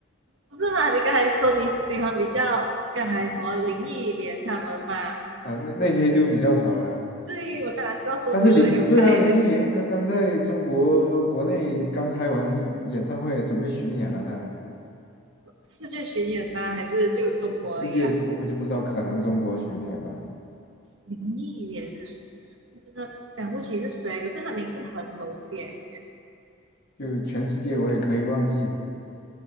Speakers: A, on the right (about 70°); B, on the left (about 55°).
A: 不是嘛？你刚才说你喜欢比较刚才什么林忆莲他们嘛？
B: 啊，那那些就比较少了。
A: 对，我当然知道周杰伦有开
B: 但是林不对啊，林忆莲刚刚在中国国内刚开完演唱会，准备巡演了她。
A: <laughs> 世界巡演吗？还是就中国而已啊？
B: 世界我就不知道，可能中国巡演吧，
A: 林忆莲啊，我真的想不起是谁，可是他名字很熟悉耶。
B: 就全世界我也可以忘记，